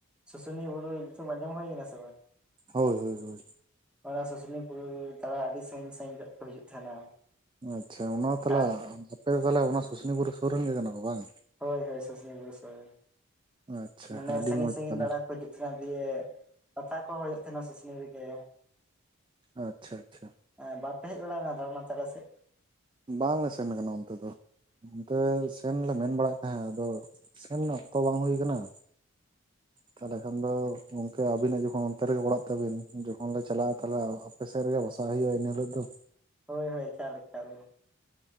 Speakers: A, in the centre; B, on the right.
A: ᱥᱩᱥᱩᱱᱤᱭᱟ ᱵᱩᱨᱩ ᱧᱩᱛᱩᱢ ᱟᱸᱡᱚᱢ ᱦᱩᱭᱠᱟᱱᱟ ᱥᱮ ᱵᱟᱝ?
B: ᱦᱳᱭ ᱦᱳᱭ ᱦᱳᱭ᱾
A: ᱚᱱᱟ ᱥᱩᱥᱩᱱᱤ ᱵᱩᱨᱩ ᱫᱟᱲᱟ ᱟᱹᱰᱤ ᱥᱟᱺᱜᱤᱧ ᱥᱟᱺᱟᱹᱜᱤᱧ ᱠᱷᱚᱡ ᱠᱚ ᱦᱤᱡᱩᱜ ᱛᱟᱦᱮᱱᱟ᱾
B: ᱟᱪᱪᱷᱟ, ᱚᱱᱟ ᱛᱟᱦᱚᱞᱮ
A: ᱟᱜ
B: ᱟᱯᱮ ᱫᱚ ᱛᱟᱦᱚᱞᱮ ᱚᱱᱟ ᱥᱩᱥᱩᱱᱤ ᱵᱩᱨᱩ ᱥᱩᱨ ᱨᱮᱱ ᱜᱮ ᱠᱟᱱᱟ ᱯᱮ, ᱵᱟᱝ?
A: ᱦᱳᱭ ᱦᱳᱭ ᱥᱩᱥᱱᱤ ᱵᱩᱨᱩ ᱥᱳᱨ ᱨᱮᱱ,
B: ᱟᱪᱪᱷᱟ
A: ᱢᱟᱱᱮ
B: ᱟᱹᱰᱤ
A: ᱥᱟᱺᱜᱤᱧ
B: ᱢᱚᱸᱡᱽ
A: ᱥᱟᱺᱜᱤᱧ
B: ᱛᱟᱦᱚᱞᱮ
A: ᱫᱟᱬᱟ ᱠᱚ ᱦᱤᱡᱩᱜ <unintelligible> ᱫᱤᱭᱮ, ᱯᱟᱛᱟ ᱠᱚ ᱦᱩᱭᱩᱜ ᱛᱟᱦᱮᱱᱟ ᱥᱩᱥᱩᱱᱤ ᱨᱮᱜᱮ᱾
B: ᱟᱪᱪᱷᱟ ᱟᱪᱪᱷᱟ᱾
A: ᱮᱸ ᱵᱟᱯᱮ ᱦᱮᱡ ᱵᱟᱲᱟ ᱠᱟᱱᱟ, <unintelligible> ᱟᱞᱮ ᱥᱮᱡ?
B: ᱵᱟᱝᱞᱮ ᱥᱮᱱ ᱠᱟᱱᱟ, ᱚᱱᱛᱮ ᱫᱚ᱾ ᱚᱱᱛᱮ ᱥᱮᱱᱞᱮ ᱢᱮᱱ ᱵᱟᱲᱟᱭᱮᱫ ᱛᱟᱦᱮᱸ ᱟᱫᱚ, ᱥᱮᱱ ᱨᱮᱱᱟ ᱚᱠᱛᱚ ᱵᱟᱝ ᱦᱩᱭ ᱠᱟᱱᱟ᱾ ᱛᱟᱦᱞᱮ ᱠᱷᱟᱱ ᱫᱚ, ᱜᱚᱝᱠᱮ ᱟᱹᱵᱤᱱᱟᱜ ᱡᱚᱠᱷᱚᱱ ᱚᱱᱛᱮ ᱨᱮᱜᱮ ᱚᱲᱟᱜ ᱛᱟᱹᱵᱤᱱ ᱡᱚᱠᱷᱚᱱ ᱞᱮ ᱪᱟᱞᱟᱜᱼᱟ, ᱛᱟᱦᱞᱮ ᱟᱯᱮ ᱥᱮᱫ ᱨᱮᱜᱮ ᱵᱟᱥᱟᱜ ᱦᱩᱭᱩᱜᱼᱟ ᱮᱱ ᱦᱤᱞᱳᱜ ᱫᱚ᱾
A: ᱦᱳᱭ ᱦᱳᱭ ᱮᱠᱟᱞ ᱮᱠᱟᱞ,